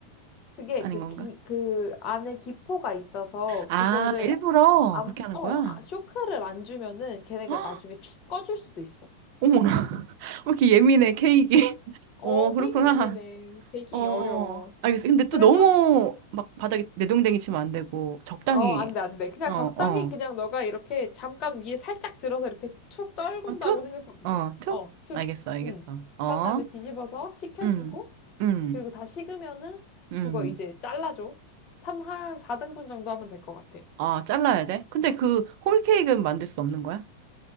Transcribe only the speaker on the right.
아닌
건가?
아,
일부러
그렇게 하는
거야?
<gasps>
헉,
어머나. <laughs> 왜 이렇게 예민해, 케이크. <laughs>
어, 그렇구나.
어,
알겠어. 근데 또
너무 막 바닥에 내동댕이 치면 안 되고, 적당히,
어,
어.
막 툭,
어,
툭.
알겠어, 알겠어.
어.
응 응
응
아, 잘라야 돼? 근데 그 홀케이크는 만들 수 없는 거야?